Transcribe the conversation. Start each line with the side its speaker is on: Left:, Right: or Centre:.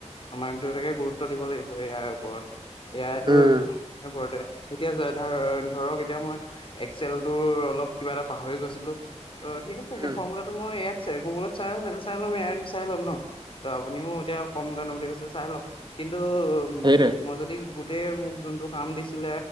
Left: মাক দেউতাকে গুৰুত্ব দিব লাগিব ইয়াৰ ওপৰত এয়াতো
Right: উম
Left: বৰতে এতিয়া যা ধৰণ ধৰক এতিয়া মই এক্সেলতোৰ অলপ কিবা এটা পাহৰি গৈছিলো অ ঠিক আছে
Right: উম
Left: সেই ফৰ্মুলাটো মই ইয়াত যে গুগলত চাৰ চাই ল'ময় চাই ল'ম ন অ আপুনিও এতিয়া কম জানো বুলি কৈছে চাই ল'ম কিন্ত কিটো উ
Right: সেইটোৱে
Left: মই যদি গোটেই মোক যোনটো কাম দিছিলে